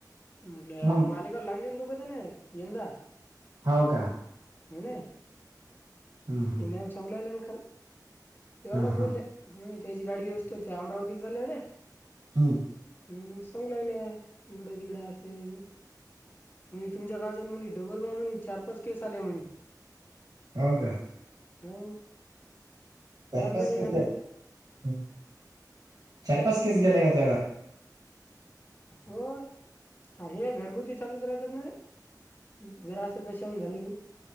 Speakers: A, on the left; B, on the right.
A: आपल्या
B: मग
A: मालेगावला लागले ना दोघ जण यंदा.
B: हो का.
A: <unintelligible>
B: हा
A: मॅम सांगून आल्या ना काल, एवढ्या बोल्या
B: हा
A: हं. त्याची गाडी व्यवस्थित अमरावतीला चालेना ते
B: हम्म.
A: हम्म. मग सांगू लागल्या इकडं तिकड असेल म्हणजे तुमच्या गा म्हणे डबल प्रॉब्लेम आहे म्हणे चार, पाच केस आल्या म्हणे.
B: हो का.
A: हो.
B: चार
A: याल
B: पाच
A: म्हणी एकांदी
B: केस गेले चार, पाच केस गेले का त्या
A: हो. अरे घरगुती चालूच राहतात ना रे जरा असं क छान झालं की,